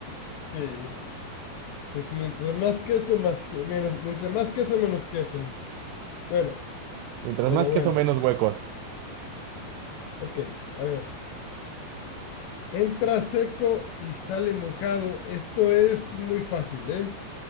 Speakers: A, on the left (about 80°); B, on the right (about 80°).
A: Sí. Entonces, mientras más queso, más que menos, mientras más queso, menos queso. Bueno,
B: Mientras
A: bueno,
B: más queso,
A: bueno.
B: menos huecos.
A: Ok, a ver. Entra seco y sale mojado. Esto es muy fácil, ¿eh?